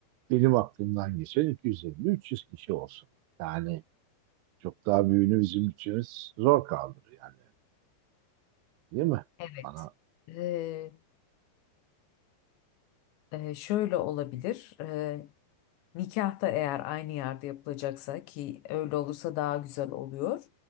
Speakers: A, on the right; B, on the left.
A: benim aklımdan geçen 250-300 kişi olsun. Yani çok daha büyüğünü bizim bütçemiz zor kaldırır yani. Değil mi?
B: Evet.
A: Bana
B: Ee, e, şöyle olabilir. Ee, nikahta eğer aynı yerde yapılacaksa ki öyle olursa daha güzel oluyor.